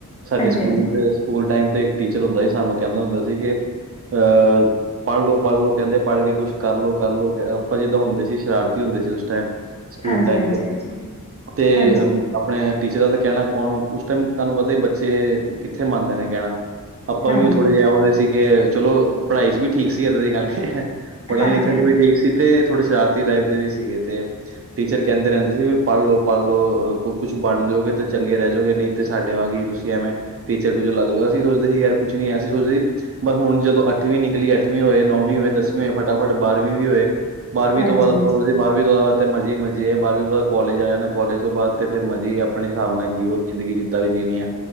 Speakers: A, on the right (about 45°); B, on the left (about 20°).
A: ਸਾਡੇ
B: ਹਾਂਜੀ
A: ਸਕੂਲ
B: ਹਾਂਜੀ
A: ਦੇ ਸਕੂਲ ਟਾਈਮ ਤੇ ਇੱਕ ਟੀਚਰ ਹੁੰਦਾ ਸੀ ਸਾਨੂੰ ਕਹਿੰਦਾ ਹੁੰਦਾ ਸੀ ਕਿ ਅਹ ਪੜ੍ਹ ਲੋ ਪੜ੍ਹ ਲੋ ਕਹਿੰਦੇ ਪੜ੍ਹ ਕੇ ਕੁਛ ਕਰ ਲੋ ਕਰ ਲੋ ਅਸੀ ਤਾਂ ਹੁੰਦੇ ਸੀ ਸ਼ਰਾਰਤੀ ਹੁੰਦੇ ਸੀ ਉਸ ਟਾਈਮ ਸਕੂਲ
B: ਹਾਂਜੀ
A: ਟਾਈਮ
B: ਹਾਂਜੀ
A: ਤੇ
B: ਹਾਂਜੀ
A: ਤੇ
B: ਹਾਂਜੀ
A: ਆਪਣੇ ਟੀਚਰਾਂ ਦਾ ਕਹਿਣਾ ਕੌਣ ਉਸ ਟਾਈਮ ਤਾਨੂ ਪਤਾ ਹੀ ਬੱਚੇ ਕਿੱਥੇ ਮੰਨਦੇ ਨੇ ਕਹਿਣਾ ਆਪਾਂ
B: ਹਾਂਜੀ,
A: ਵੀ ਉਹ ਥੋੜ੍ਹੇ ਜਿਹੇ ਐ ਹੁੰਦੇ ਸੀ ਚਲੋਂ ਪੜ੍ਹਾਈ ਚ ਵੀ ਠੀਕ ਸੀ ਇਦਾਂ ਦੀ ਗੱਲ ਨੀ ਐ ਪੜ੍ਹਨ
B: ਹਾਂਜੀ,
A: ਲਿਖਣ
B: ਹਾਂਜੀ,
A: ਚ ਵੀ ਠੀਕ ਸੀ ਤੇ ਥੋੜੇ ਸ਼ਰਾਰਤੀ ਟਾਈਪ ਦੇ ਵੀ ਸੀਗੇ ਤੇ ਟੀਚਰ ਕਹਿੰਦੇ ਰਹਿੰਦੇ ਸੀ ਵੀ ਪੜ੍ਹ ਲੋ ਪੜ੍ਹ ਲਓ ਕੁਛ ਬਣ ਜੋਗੇ ਤੇ ਚੰਗੇ ਰੇਜੋਗੇ ਨਹੀਂ ਤੇ ਸਾਡੇ ਵਾਂਗ ਹੀ ਤੁਸੀਂ ਐਵੇਂ ਟੀਚਰ ਟੂਚਰ ਲੱਗ ਜਾਓ ਅਸੀਂ ਸੋਚਦੇ ਸੀ ਯਾਰ ਕੁਛ ਨੀਂ ਐ ਅਸੀਂ ਸੋਚਦੇ ਸੀ ਬਹ ਹੁਣ ਜਦੋਂ ਅੱਠਵੀਂ ਨਿਕਲੀ ਹੈ ਅੱਠਵੀਂ ਹੋਏ ਨੌਵੀਂ ਹੋਏ ਦਸਵੀਂ ਹੋਏ ਫਟਾਫਟ ਬਾਰਵੀਂ ਵੀ ਹੋਏ। ਬਾਰਵੀਂ
B: ਹਾਂਜੀ,
A: ਤੋਂ ਬਾਅਦ ਆਪਾਂ ਬਾਦ ਤੇ ਮਜੇ ਹੀ ਮਜੇ ਹੈ ਬਾਰਵੀ ਬਾਦ ਕੋਾਲਜ ਆ ਜਾਣਾ ਕੋਾਲਜ ਤੋਂ ਬਾਅਦ ਤੇ ਫਿਰ ਮਜੇ ਹੀ ਆਪਣੇ ਹਿਸਾਬ ਨਾਲ ਜੀਓ ਜ਼ਿੰਦਗੀ ਜੀ ਵੀ ਜੀਣੀਆਂ